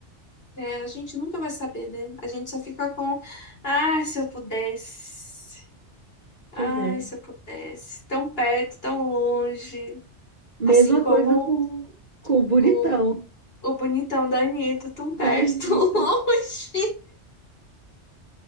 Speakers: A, on the left (about 55°); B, on the right (about 40°).
A: É, a gente nunca vai saber, né? A gente só fica com, ai, se eu pudesse,
B: Pois
A: ai,
B: é.
A: se eu pudesse, tão perto, tão longe,
B: Mesma
A: assim como
B: coisa com, com o bonitão
A: o, o bonitão da Anitta, tão perto,
B: da Anitta.
A: <laughs> tão longe.